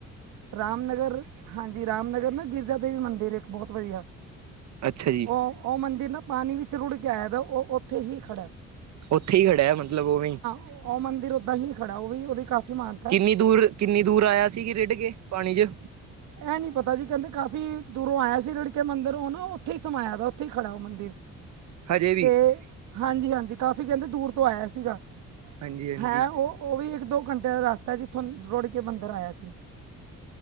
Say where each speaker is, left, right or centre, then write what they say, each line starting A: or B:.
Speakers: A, on the right (about 80°); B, on the right (about 65°).
A: ਰਾਮਨਗਰ ਹਾਂਜੀ, ਰਾਮਨਗਰ ਨਾ ਗਿਸ। ਦੇਵੀ ਮੰਦਿਰ ਇੱਕ ਬਹੁਤ ਵਧੀਆ,
B: ਅੱਛਾ ਜੀ
A: ਉਹ, ਉਹ ਮੰਦਿਰ ਨਾ। ਪਾਣੀ ਵਿੱਚ ਰੁੜ ਕੇ ਆਇਆ ਦਾ ਉਹ ਉੱਥੇ ਹੀ ਖੜ੍ਹਾ।
B: ਉੱਥੇ ਹੀ ਖੜਿਆ, ਮਤਲਬ ਉਵੇਂ?
A: ਉਹ ਮੰਦਿਰ ਓਦਾਂ ਹੀ ਖੜਾ ਉਹ ਵੀ ਉਹਦੀ ਕਾਫ਼ੀ ਮਾਨਤਾ। ਹੈ।
B: ਕਿੰਨੀ ਦੂਰ, ਕਿੰਨੀ ਦੂਰ ਆਇਆ ਸੀ ਕਿ ਰਿਡ ਕੇ ਪਾਣੀ ਚ?
A: ਇਹ ਨਹੀਂ ਪਤਾ ਜੀ ਕਹਿੰਦੇ ਕਾਫੀ ਦੂਰੋਂ ਆਇਆ ਸੀ, ਰਿੜਕੇ ਮੰਦਰ ਉਹ ਨਾ ਉੱਥੇ ਹੀ ਸਮਾਇਆ ਦਾ ਉੱਥੇ ਹੀ ਖੜ੍ਹਾ ਉਹ ਮੰਦਿਰ। <inaudible>
B: ਹਜੇ ਵੀ
A: ਤੇ ਹਾਂਜੀ, ਹਾਂਜੀ ਕਾਫ਼ੀ ਕਹਿੰਦੇ ਦੂਰ ਤੋਂ ਆਇਆ ਸੀਗਾ।
B: ਹਾਂਜੀ ਹਾਂਜੀ
A: ਹੈ ਉਹ। ਉਹ ਵੀ ਇੱਕ- ਦੋ ਘੰਟੇ ਦਾ ਰਸਤਾ ਜਿੱਥੋਂ ਰੁੜ ਕੇ ਮੰਦਿਰ ਆਇਆ ਸੀ।